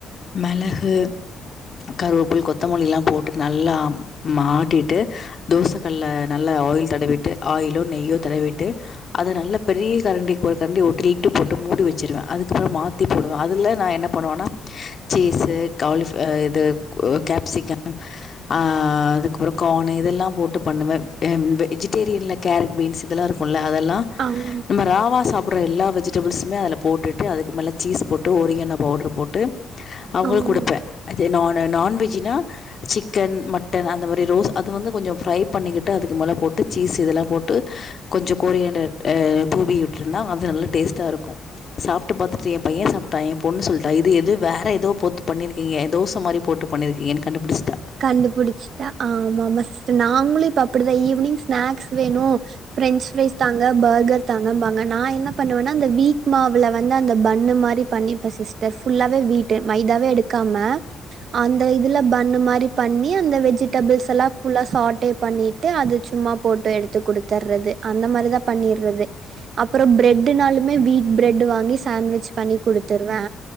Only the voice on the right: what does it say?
ஆங்
ஓ
கண்டுபிடிச்சிட்டா ஆமா ஆமா சிஸ்டர் நாங்களு இப்ப அப்டிதா ஈவினிங் ஸ்நாக்ஸ் வேணு பிரெஞ்ச் ஃப்ரைஸ் தாங்க பர்கர் தாங்கம்பாங்க நா என்ன பண்ணுவேன்னா அந்த வீக் மாவுல வந்து அந்த பன்னு மாரி பண்ணிப்பே சிஸ்டர் ஃபுல்லாவே வீட்டு மைதாவே எடுக்காம அந்த இதுல பன்னு மாரி பண்ணி அந்த வெஜிடபிள்ஸ் எல்லா ஃபுல்லா சாட்டே பண்ணிட்டு அது சும்மா போட்டு எடுத்து குடுத்தர்றது அந்த மாரிதா பண்ணீர்றது அப்பறோ பிரெட்ன்னாலுமே வீட் பிரெட் வாங்கி சாண்ட்விச் பண்ணி குடுத்துருவே